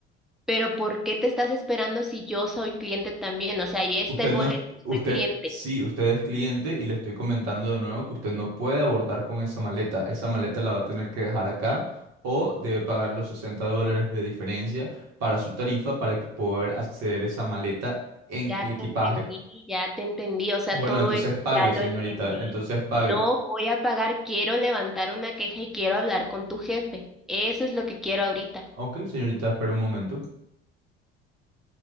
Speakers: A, in the centre; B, on the right (about 55°).
A: Pero ¿por qué te estás esperando si yo soy cliente también? O sea, ahí está
B: Usted
A: el
B: no
A: boleto,
B: es, usted,
A: soy cliente.
B: sí, usted es cliente y le estoy comentando de nuevo que usted no puede abordar con esa maleta. Esa maleta la va a tener que dejar acá o debe pagar los 60 dólares de diferencia para su tarifa para que poder acceder a esa maleta en
A: Ya
B: el
A: te
B: equipaje.
A: entendí, ya te entendí, o sea,
B: Bueno,
A: todo
B: entonces
A: esto
B: pague,
A: ya
B: señorita,
A: lo entendí.
B: entonces pague.
A: No voy a pagar, quiero levantar una queja y quiero hablar con tu jefe. Eso es lo que quiero ahorita.
B: Ok, señorita, espera un momento.